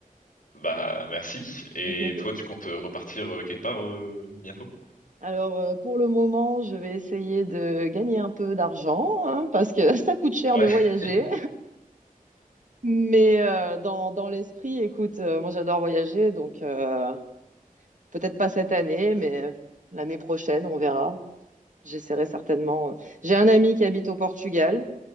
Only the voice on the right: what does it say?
<laughs>
Alors euh, pour le moment, je vais essayer de gagner un peu d'argent hein, parce que <laughs> ça coûte cher
de voyager.
Mais euh, dans, dans l'esprit, écoute, euh, moi j'adore voyager, donc euh, peut-être pas cette année, mais l'année prochaine, on verra. J'essaierai certainement. euh, J'ai un ami qui habite au Portugal,